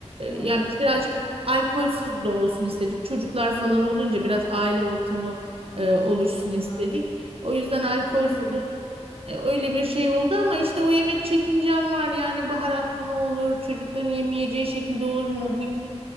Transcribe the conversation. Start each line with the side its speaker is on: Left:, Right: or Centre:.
Left: Ha
Right: ya
Left: süper.
Right: biz birazcık alkolsüz de olsun istedik. Çocuklar falan olunca biraz aile ortamı e, oluşsun
Left: Aha.
Right: istedik. O yüzden alkolsüz
Left: E, öyleyse.
Right: e, öyle bir şey oldu ama işte o yemek çekincem var. Yani baharatlı mı olur? Çocukların yemeyeceği şekilde olur mu?
Left: Ya
Right: Bu yemek-